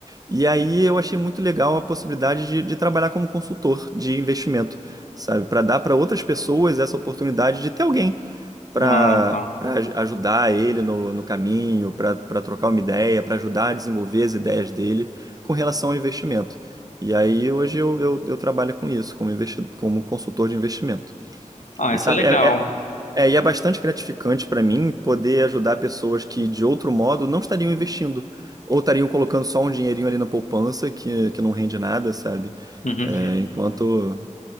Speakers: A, on the right (about 30°); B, on the left (about 65°).
A: E aí eu achei muito legal a possibilidade de, de trabalhar como consultor de investimento, sabe? Para dar para outras pessoas essa oportunidade de ter alguém para
B: Ah, tá.
A: ajudar ele no, no caminho, para trocar uma ideia, para ajudar a desenvolver as ideias dele com relação ao investimento. E aí hoje eu, eu, eu trabalho com isso, como, investi como consultor de investimento.
B: Ah,
A: E
B: isso
A: sabe,
B: é legal.
A: é, é, é, e é bastante gratificante para mim poder ajudar pessoas que de outro modo não estariam investindo, ou estariam colocando só um dinheirinho ali na poupança que, que não rende nada, sabe?
B: Uhum.
A: É, enquanto